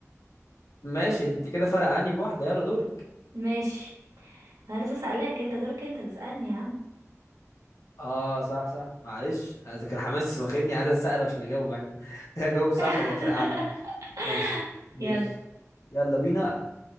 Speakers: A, on the left; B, on the right.
A: ماشي انت كده فرق عني بواحدة يلا دورك
B: ماشي انا لسه سألاك انت دورك انت تسألني يا عم
A: اه صح صح معلش ذاكر حماس واخدني عايز اسأله عشان اجاوب عشان <laughs> اجاوب صح
B: <laughs>
A: وافرق عني ماشي ماشي
B: يلا
A: يلا بينا